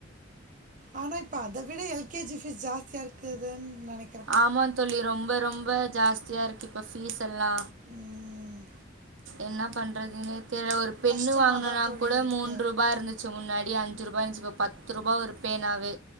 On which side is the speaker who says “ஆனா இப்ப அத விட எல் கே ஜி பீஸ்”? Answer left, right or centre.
Right